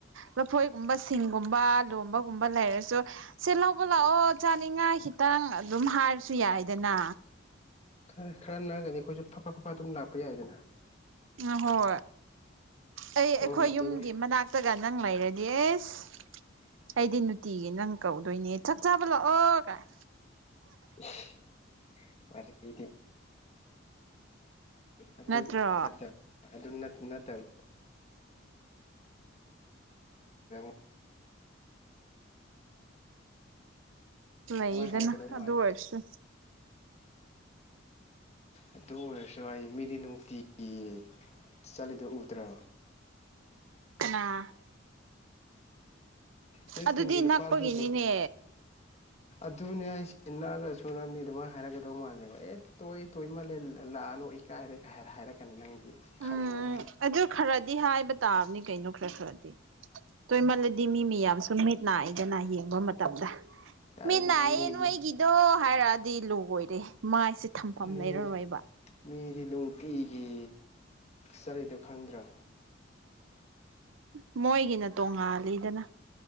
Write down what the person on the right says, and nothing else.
ꯂꯐꯣꯏꯒꯨꯝꯕ ꯁꯤꯡꯒꯨꯝꯕ ꯂꯣꯕꯒꯨꯝꯕ ꯂꯩꯔꯁꯨ ꯁꯦ ꯂꯧꯕ ꯂꯥꯛꯑꯣ ꯆꯥꯅꯤꯡꯉꯥꯏ ꯈꯤꯇꯪ ꯑꯗꯨꯝ ꯍꯥꯏꯔꯁꯨ ꯌꯥꯏꯗꯅ
ꯑꯝ ꯍꯣꯏ ꯑꯩ
ꯑꯩꯈꯣꯏ
ꯌꯨꯝꯒꯤ ꯃꯅꯥꯛ ꯇꯒ ꯅꯪ ꯂꯩꯔꯗꯤ ꯑꯂ ꯑꯩꯗꯤ ꯅꯨꯡꯇꯤꯒꯤ ꯅꯪ ꯀꯧꯗꯣꯏꯅꯦ ꯁꯛ ꯆꯥꯕ ꯂꯥꯛꯑꯣ ꯀꯥꯏ
ꯅꯠꯇ꯭ꯔꯣ
ꯎꯝ ꯂꯩꯗꯅ
ꯑꯗꯨ
ꯑꯣꯏꯔꯁꯨ
ꯀꯅꯥ
ꯑꯗꯨꯗꯤ
ꯅꯛꯄꯒꯤꯅꯤꯅꯦ
ꯎꯝ
ꯑꯗꯨ ꯈꯔꯗꯤ ꯍꯥꯏꯕ ꯇꯥꯕꯅꯤ ꯀꯩꯅꯣ ꯈꯔ ꯈꯔꯗꯤ ꯇꯣꯏꯃꯜꯂꯗꯤ ꯃꯤ ꯃꯤꯌꯥꯝꯁꯨ ꯃꯤꯠ ꯅꯥꯏꯗꯅ ꯌꯦꯡꯕ ꯃꯇꯝꯗ
ꯃꯤ ꯅꯥꯏꯌꯦ ꯅꯣꯏꯒꯤ
ꯗꯣ ꯍꯥꯏꯔꯛꯑꯗꯤ ꯂꯣꯏꯔꯦ ꯃꯥꯏꯁꯦ ꯊꯝꯐꯝ
ꯂꯩꯔꯔꯣꯏꯕ
ꯎꯝ ꯃꯣꯏꯒꯤꯅ ꯇꯣꯡꯉꯥꯜꯂꯤꯗꯅ